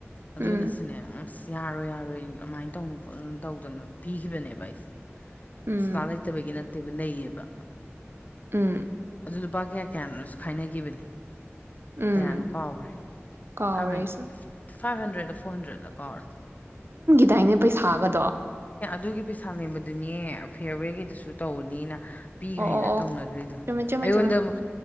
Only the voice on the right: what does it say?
ꯎꯝ
ꯎꯝ
ꯎꯝ
ꯎꯝ
ꯀꯥꯎꯔꯦ
ꯑꯩꯁꯨ
ꯇꯥꯏꯩꯅ ꯄꯩꯁꯥꯒꯗꯣ
ꯑꯣ ꯑꯣ
ꯆꯨꯝꯃꯦ ꯆꯨꯝꯃꯦ
ꯆꯨꯝꯃꯦ